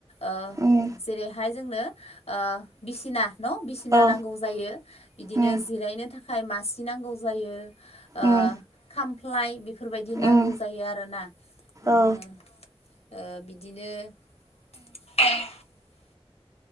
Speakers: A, on the left; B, on the right.
A: ओ
B: उम
A: जेरैहाय जोंनो ओ बिसिना न' बिसिना
B: औ
A: नांगौ जायो बिदिनो
B: उम
A: जिरायनो था खाय मासि नांगौ जायो ओ
B: उम
A: खामफ्लाय बेफोरबायदि नांगौ
B: उम
A: जायो आरोना उम
B: औ
A: ओ बिदिनो